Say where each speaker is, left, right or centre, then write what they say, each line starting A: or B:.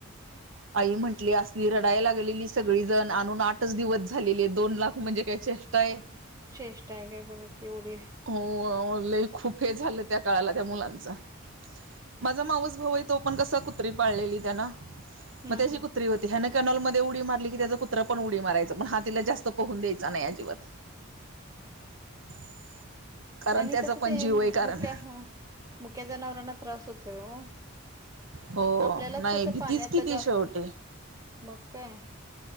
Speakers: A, on the right; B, on the right.
A: आई म्हटली असली रडाय लागलेली सगळीजण आणून आठच दिवस झालेले दोन लाख म्हणजे काय चे ष्टा ये.
B: चेष्टा आहे काय बघा की एवढी
A: हो लय खूप हे झालं त्या काळाला त्या मुलांचा - माझा माऊस भाऊ आहे तो पण कसा कुत्री पाळलेली त्यान मग
B: हा
A: त्याची
B: हा
A: कुत्री होती ह्यांन कॅनोलमध्ये उडी मारली की त्याचा कुत्र पण उडी माराचं पण हा तिला जास्त पहून द्यायचा नाही अजिबात. <unintelligible>
B: आणि
A: त्याचा
B: कसं
A: पण
B: ते
A: जीव
B: मुक्या
A: आहे कारण
B: मुक्या जनावरांना त्रास होतोय ओ
A: हो
B: आपल्यालाच
A: नाही
B: कसं
A: भीतीच
B: पाण्यात
A: किती
B: त जास्त
A: शेवटी
B: मग काय?